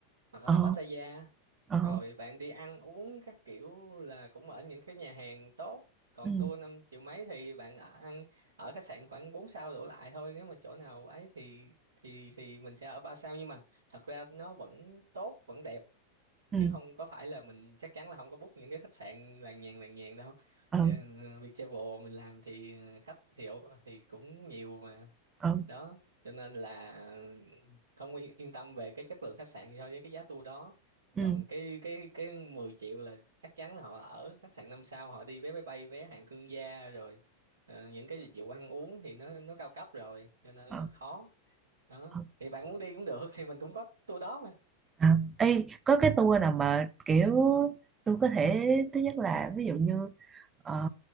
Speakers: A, on the right; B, on the right.
A: hoặc
B: Ờ
A: là Pattaya
B: Ờ
A: rồi bạn đi ăn uống các kiểu là cũng ở những cái nhà hàng tốt còn
B: Ừ
A: tour năm triệu mấy thì bạn ở ăn ở khách sạn khoảng 4 sao đổ lại thôi nếu mà chỗ nào ấy thì thì thì mình sẽ ở ba sao nhưng mà thật ra nó vẫn tốt vẫn đẹp
B: Ừ
A: chứ không có phải là mình chắc chắn là không có book những cái khách sạn làng nhàng làng nhàng đâu
B: Ừ
A: Ừ, Viettravel mình làm thì ờ, khách thì ổ- thì cũng nhiều mà
B: Ừ
A: đó cho nên là không yên, yên tâm về cái chất lượng khách sạn so với cái giá tour đó
B: Ừ
A: còn cái cái cái 10 triệu là chắc chắn là họ ở khách sạn năm sao họ đi vé máy bay vé hạng thương gia rồi ờ, những cái dịch vụ ăn uống thì nó nó cao cấp rồi cho nên
B: Ờ
A: là khó đó
B: ờ,
A: thì bạn muốn đi cũng được thì mình cũng có tour đó
B: à. Ê có cái tour nào mà kiểu Tôi có thể Thứ nhất là ví dụ như ờ,